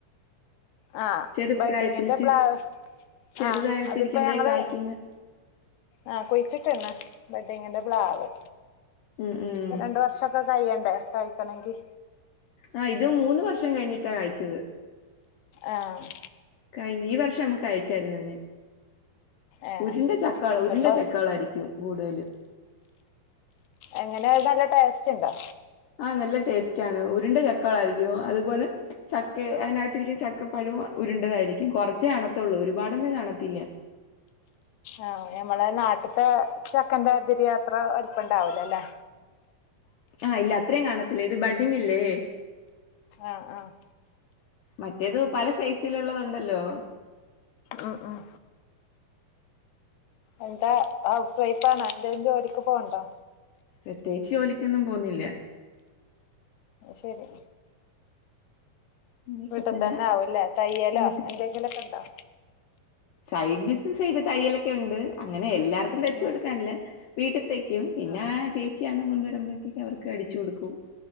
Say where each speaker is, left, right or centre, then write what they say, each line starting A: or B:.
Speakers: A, on the left; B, on the left.
A: ആഹ്
B: ചെറുപ്രായത്തില്
A: ബഡ്ഡിങ്ങിന്റെ
B: ചെ
A: പ്ലാവ്
B: ചെറുതായിട്ടിരിക്കുമ്പോഴേ
A: ആഹ് അതിപ്പോ ഞങ്ങള്
B: കായ്ക്കുന്ന
A: ആഹ് കുഴിച്ചിട്ടന്ന്. ബഡ്ഡിങ്ങിന്റെ പ്ലാവ്.
B: ഉം ഉം
A: രണ്ട് വർഷയൊക്കെ കഴിയണ്ടേ. യിക്കണങ്കിൽ
B: ആഹ് ഇത് മൂന്ന് വർഷം കഴിഞ്ഞിട്ടാ കായിച്ചത്.
A: ആഹ്
B: കഴിഞ്ഞ ഈ വർഷം നമ്മുക്ക് കായിച്ചായിരുന്നു.
A: ഏഹ്
B: ഉരുണ്ട ചക്കകളാ
A: ഇതിപ്പോ
B: ഉരുണ്ട ചക്കകളായിരിക്കും. <unintelligible>
A: എങ്ങനെ നല്ല ടേസ്റ്റ് ഉണ്ടോ?
B: ആ നല്ല ടേസ്റ്റ് ആണ് ഉരുണ്ട ചക്കകളായിരിക്കും അതുപോലെ ചക്ക അതിനകത്തിരിക്കുന്ന ചക്ക പഴവും ഉരുണ്ടതായിരിക്കും കൊറച്ചേ കാണത്തുള്ളൂ ഒരുപാടൊന്നും കാണത്തില്ല.
A: ആഹ് ഞമ്മളെ നാട്ടത്തെ ചക്കന്റാ തിരി അത്ര വലുപ്പണ്ടാവലോല്ലേ?
B: ആഹ് ഇല്ല അത്രയും കാണത്തില്ല ഇത് ബഡ്ഡിങ്ങല്ലേ?
A: ആഹ് ആഹ്
B: മറ്റേത് പല സൈസിലുള്ളതുണ്ടല്ലോ?
A: ഉം ഉം എന്താ ഹൗസ് വൈഫ് ആണോ? എന്തേലും ജോലിക്ക് പോണുണ്ടോ?
B: പ്രത്യേകിച്ച് ജോലിക്കൊന്നും പോന്നില്ല.
A: ശരി.
B: ഇങ്ങനെയൊക്കെ
A: വീട്ടിത്തന്നെ
B: തന്നെ
A: ആവൂല്ലേ തയ്യലോ
B: വീട്ടിൽ
A: എന്തെങ്കിലൊക്കെ ഉണ്ടോ?
B: സൈഡ് ബിസിനസായിട്ട് തയ്യലൊക്കെ ഉണ്ട് അങ്ങനെ എല്ലാ വർക്കും തച്ചു കൊടുക്കാനല്ല
A: ആഹ്
B: വീട്ടി തൈ ക്കും പിന്നാ
A: ആഹ്
B: ചേച്ചിയാ അണ്ണൻ കൊണ്ടു വരുമ്പോഴത്തേക്കും അവർക്ക് അടിച്ചു കൊടുക്കും